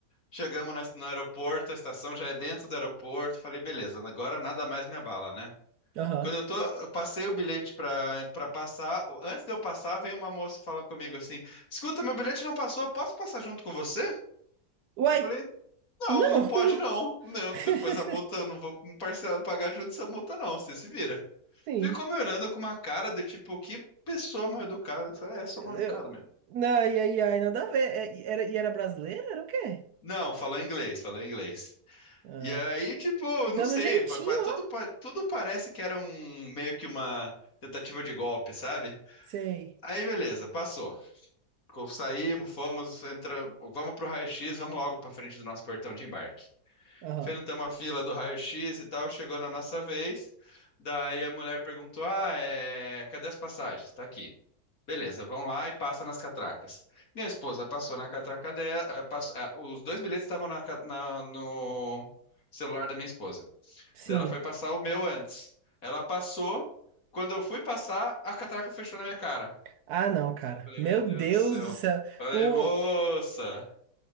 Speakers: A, on the left; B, on the right.
A: Chegamos na- no aeroporto, a estação já é dentro do aeroporto. Falei, beleza, agora nada mais me abala, né?
B: Aham.
A: Quando eu tô, eu passei o bilhete pra, pra passar. Antes de eu passar, vem uma moça e fala comigo assim: Escuta, meu bilhete não passou, posso passar junto com você?
B: Uai!
A: Eu falei: Não,
B: Não!
A: não pode não. Não,
B: <laughs>
A: depois a multa, eu não vou me parcelar, pagar junto essa multa, não. Você se vira.
B: Sim.
A: Ficou me olhando com uma cara de tipo, que pessoa mal educada. Eu falei: É, sou
B: Eu...
A: mal educado mesmo.
B: Não, e aí, ai, nada a ver. É, e Era, e era brasileira? Era o quê?
A: Não, falou inglês, falou inglês.
B: Ah,
A: E aí, tipo,
B: dando
A: não sei,
B: um jeitinho,
A: pa- pa-
B: ó.
A: tudo, pa- tudo parece que era um meio que uma tentativa de golpe, sabe?
B: Sei.
A: Aí, beleza, passou. Co- Saímos, fomos, entra, vamos pro raio-x, vamos logo pra frente do nosso portão de embarque.
B: Aham.
A: Enfrentamos a fila do raio-x e tal, chegou na nossa vez. Daí a mulher perguntou: Ah, é, cadê as passagens? Tá aqui. Beleza, vão lá e passa nas catracas. Minha esposa passou na catraca dela. eh, pass- ah, os dois bilhetes estavam na ca- na- no celular da minha esposa.
B: Sim.
A: Daí Ela foi passar o meu antes. Ela passou. Quando eu fui passar, a catraca fechou na minha cara.
B: Ah, não, cara.
A: Falei,
B: Meu
A: meu Deus
B: Deus
A: do céu.
B: do céu.
A: Falei,
B: O...
A: moça.